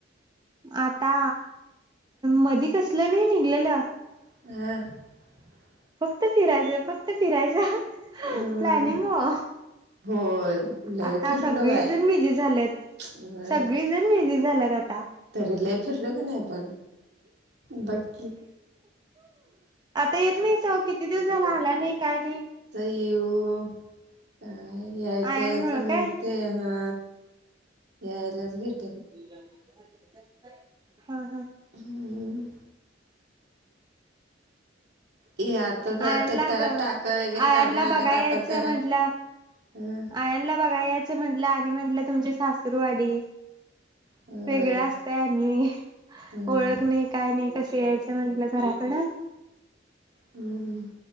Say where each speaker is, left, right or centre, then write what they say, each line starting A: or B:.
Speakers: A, on the right (about 20°); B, on the right (about 60°).
A: आता मध कसलं नाही निघलेल
B: ह
A: फक्त फिरायचं फक्त फिरायचं
B: अ
A: प्लॅनिंग हो.
B: होय लय
A: आता
B: फिरलं
A: सगळेजण
B: बाय
A: बिझी झालेत
B: ह
A: सगळेजण बिझी झाल्यात आता
B: तरी लय फिरल का नाही आपण बघ की.
A: ते येत नाही स किती दिवस झाला आला नाही. त्यानी
B: की -ऊ -का काय यायचं
A: आयन
B: यायचं
A: मुळ
B: म्हणते
A: काय
B: हा. यायलाच भेट
A: <unintelligible> <unintelligible> हा हा.
B: हम्म ये आता जरा
A: आयांनला
B: ते त्याला
A: ग आयानला
B: टाक वगैरे काढून आणल्यात
A: बघाया
B: आताच
A: यायचं
B: जरा
A: म्हंटला
B: हं
A: आयानला बघाय यायचं म्हनलं आणि म्हणलं तुमचे सास रुवाडी.
B: होय
A: वेगळं असतय आणि
B: हं
A: ओळख नही काय नही कशे यायचं म्हंटलं घरात. कडा
B: हम्!